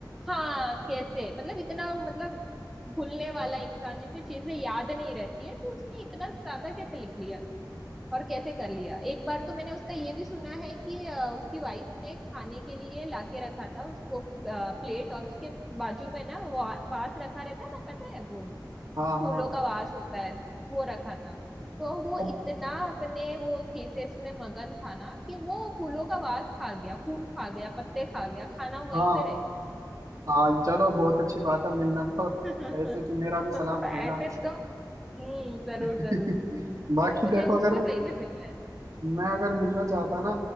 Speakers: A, in the centre; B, on the right (about 55°).
A: हाँ कैसे मतलब इतना मतलब भूलने वाला इंसान जिसे चीजें याद नहीं रहती है तो उसने इतना ज्यादा कैसे लिख लिया और कैसे कर लिया एक बार तो मैंने उसका ये भी सुना है कि अ, उसकी वाइफ ने खाने के लिए लाके रखा था उसको प्लेट और उसके बाजू में ना वा, वास रखा रहता है ना पता है वो
B: हाँ
A: फूलों
B: हाँ
A: का वास होता है वो रखा था तो वो
B: अब
A: इतना अपने वो थीसिस में मगन था ना कि वो फूलों का वास खा गया फूल खा गया पत्ते खा गया खाना वहीं
B: हाँ
A: पे रह गया
B: हाँ चलो बहुत अच्छी बात है मिलना तो
A: <laughs>
B: ऐसे तो
A: तो
B: मेरा भी सलाम
A: मतलब
B: कहना
A: ऐसे तो हम्म जरूर
B: <laughs>
A: जरूर
B: बाकी
A: तो मुझे
B: देखो
A: उससे
B: अगर
A: सही में मिलना है
B: मैं अगर मिलना चाहता ना